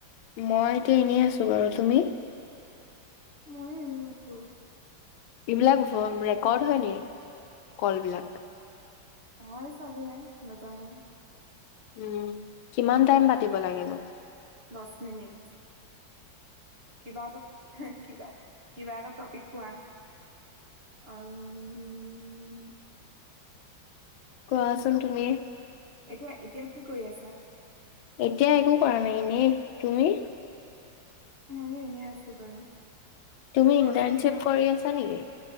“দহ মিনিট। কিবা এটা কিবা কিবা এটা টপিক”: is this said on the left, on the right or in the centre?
Right